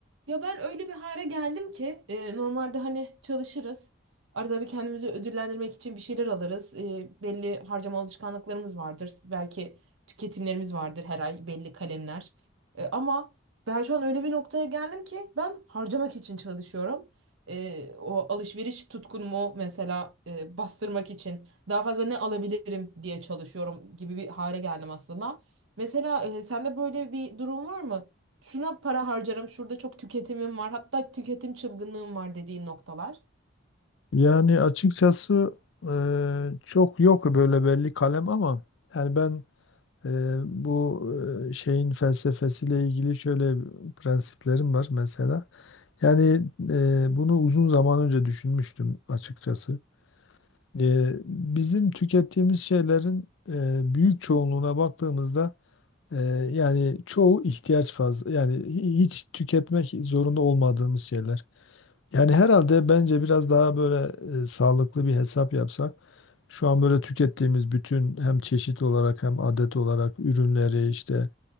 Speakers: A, on the right; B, on the left.
A: Ya ben öyle bir hale geldim ki e, normalde hani çalışırız. Arada bir kendimizi ödüllendirmek için bir şeyler alırız. E, belli harcama alışkanlıklarımız vardır. Belki tüketimlerimiz vardır her ay belli kalemler. E, ama ben şu an öyle bir noktaya geldim ki ben harcamak için çalışıyorum. E, o alışveriş tutkunumu mesela e, bastırmak için daha fazla ne alabilirim diye çalışıyorum gibi bir hale geldim aslında. Mesela e, sende böyle bir durum var mı? şuna para harcarım, şurada çok tüketimim var, hatta tüketim çılgınlığım var dediğin noktalar.
B: Yani açıkçası e, çok yok böyle belli kalem ama yani ben e, bu e, şeyin felsefesiyle ilgili şöyle prensiplerim var mesela. Yani e, bunu uzun zaman önce düşünmüştüm açıkçası. E, bizim tükettiğimiz şeylerin e, büyük çoğunluğuna baktığımızda e, yani çoğu ihtiyaç fazla yani hi- hiç tüketmek zorunda olmadığımız şeyler. Yani herhalde bence biraz daha böyle e, sağlıklı bir hesap yapsak, şu an böyle tükettiğimiz bütün hem çeşit olarak hem adet olarak ürünleri işte